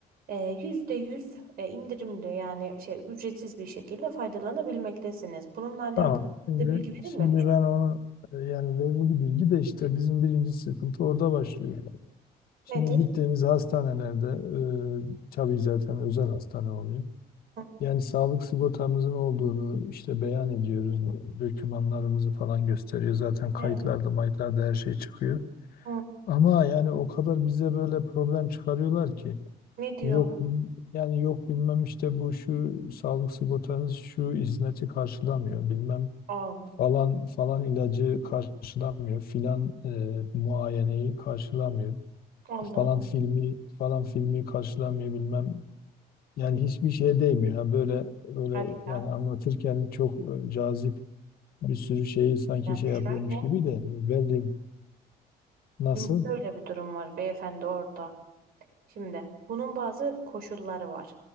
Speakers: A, on the right; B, on the left.
A: eee, yüzde yüz e, indirimli yani şey ücretsiz bir şekilde faydalanabilmektesiniz. Bununla alakalı
B: Tamam. Şimdi
A: size bilgi verilmemiş.
B: şimdi ben onu e, yani verili bir bilgi de işte bizim birinci sıkıntı orada başlıyor. Şimdi
A: Nedir?
B: gittiğimiz hastanelerde e, tabii zaten özel hastane oluyor.
A: Hı.
B: Yani sağlık sigortamızın olduğunu işte beyan ediyoruz. Dokümanlarımızı falan gösteriyor. Zaten kayıtlarda,
A: Evet.
B: mayıtlarda her şey çıkıyor.
A: Hı.
B: Ama yani o kadar bize böyle problem çıkarıyorlar ki
A: Ne diyorlar?
B: yok bil- yani yok bilmem işte bu şu sağlık sigortanız şu hizmeti karşılamıyor bilmem
A: Allah.
B: falan falan ilacı karşılamıyor filan e, muayeneyi karşılamıyor
A: Allah
B: falan
A: Allah.
B: filmi falan filmi karşılamıyor bilmem yani hiçbir şeye değmiyor ya böyle böyle
A: Hadi
B: yani
A: ya.
B: anlatırken çok e, cazip bir sürü şeyi sanki
A: Ya
B: şey
A: şöyle,
B: yapıyormuş gibi de verdiğim nasıl?
A: şimdi şöyle bir durum var beyefendi orada. Şimdi bunun bazı koşulları var.